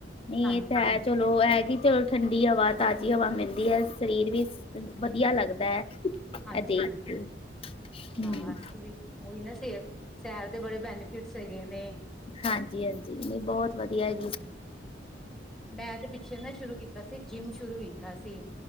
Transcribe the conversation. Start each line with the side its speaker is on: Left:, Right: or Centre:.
Left: ਨਈ
Centre: ਹਾਂਜੀ
Left: ਏ ਤਾਂ ਹੈ ਚਲੋ। ਓ ਐ ਕੀ ਚਲੋ ਠੰਡੀ ਹਵਾ ਤਾਜ਼ੀ ਹਵਾ ਮਿਲਦੀ ਐ, ਸਰੀਰ ਵੀ ਵਧੀਆ ਲੱਗਦੈ।
Centre: ਹਾਂਜੀ
Left: ਐ ਦੇਖ
Centre: ਹਾਂਜੀ
Left: ਕੇ। ਹਮ
Centre: ਹਾਂ, ਵੈਸੇ ਵੀ ਓਹੀ ਨਾ ਫੇਰ, ਸੈਰ ਦੇ ਬੜੇ ਬੈਨੀਫਿਟਸ ਹੈਗੇ ਨੇ।
Left: ਹਾਂਜੀ-ਹਾਂਜੀ, ਨਈ ਬੋਤ ਵਧੀਆ <unintelligible> ਐ
Centre: ਮੈਂਦੇ ਪਿੱਛੇ ਨਾ ਸ਼ੁਰੂ ਕੀਤਾ ਸੀ, ਜਿੰਮ ਸ਼ੁਰੂ ਕੀਤਾ ਸੀ